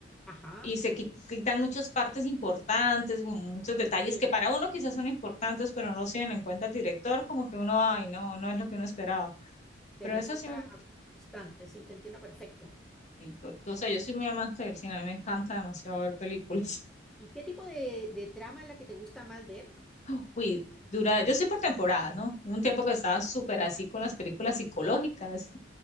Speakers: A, in the centre; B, on the left.
A: Ajá.
B: y se qui- quitan muchas partes importantes, un- muchos detalles
A: sí.
B: que para uno quizás son importantes, pero no los tienen en cuenta el director, como que uno, ay, no, no es lo que uno esperaba.
A: Te
B: Pero
A: resulta
B: eso sí, me-
A: frustrante, sí, te entiendo perfecto.
B: y por- o sea, yo soy muy amante del cine, a mí me encanta demasiado ver películas.
A: ¿Y qué tipo de, de trama es la que te gusta más ver?
B: <laughs> Uy, dura, yo soy por temporadas, ¿no? Hubo Un tiempo que estaba
A: Ajá.
B: súper así con las películas psicológicas